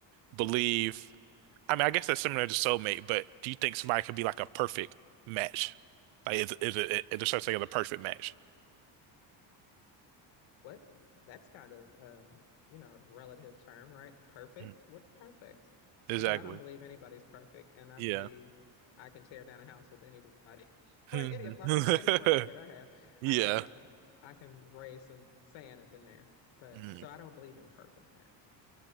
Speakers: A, on the right; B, on the left.
A: believe I mean, I guess that's similar to soulmate, but do you think somebody could be like a perfect match? Like, is is it is there such thing as a perfect match?
B: What? That's kind of um, you know, relative term, right? Perfect.
A: Mm,
B: What's perfect?
A: Exactly.
B: Because I don't believe anybody's perfect, and I
A: Yeah.
B: believe I can tear down a house with anybody, <laughs>
A: <laughs>
B: like any of my part, any partner that I have,
A: Yeah.
B: I can uh, I can raise some sand up in there. But
A: Mm,
B: so I don't believe in perfect match.